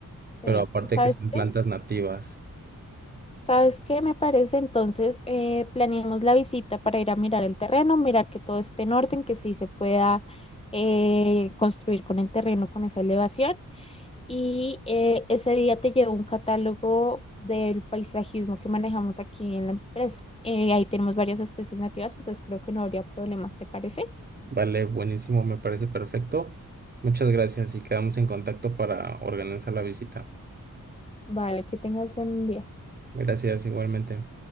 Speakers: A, on the left; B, on the right.
A: Sí,
B: pero aparte
A: ¿sabes
B: que sean
A: qué?
B: plantas nativas.
A: ¿Sabes qué me parece? Entonces, eh, planeemos la visita para ir a mirar el terreno, mirar que todo esté en orden, que sí se pueda eh, construir con el terreno, con esa elevación. Y eh, ese día te llegó un catálogo del paisajismo que manejamos aquí en la empresa. Eh, ahí tenemos varias especies nativas, entonces creo que no habría problema, ¿te parece?
B: Vale, buenísimo, me parece perfecto. Muchas gracias y quedamos en contacto para organizar la visita.
A: Vale, que tengas buen día.
B: Gracias, igualmente.